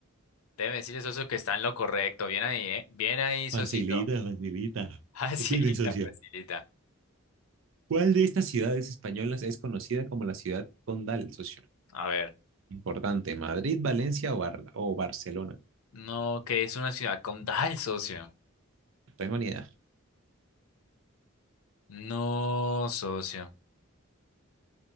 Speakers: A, on the left; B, on the right.
A: Debe decirle, socio, que está en lo correcto. Bien ahí, ¿eh? Bien ahí, socito.
B: Facilita, facilita.
A: <laughs> Facilita,
B: Mire, socio.
A: facilita.
B: ¿Cuál de estas ciudades españolas es conocida como la ciudad condal, socio?
A: A ver.
B: Importante, Madrid, Valencia o, Barla- o Barcelona.
A: No, que es una ciudad condal, socio.
B: No tengo ni idea.
A: No, socio.